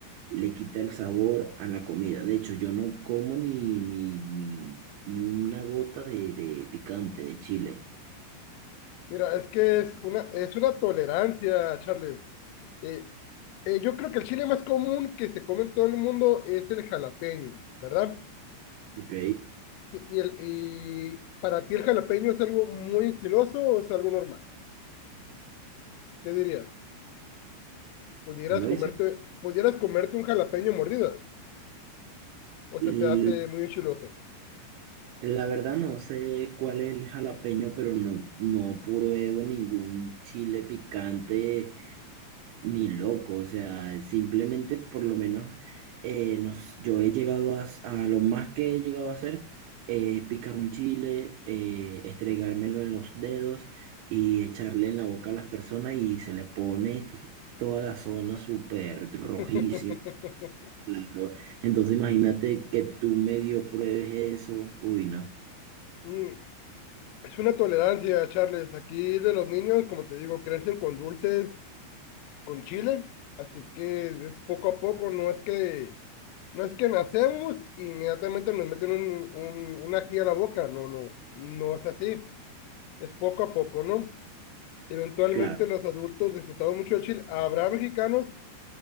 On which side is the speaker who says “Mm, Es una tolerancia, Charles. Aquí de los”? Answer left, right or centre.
Left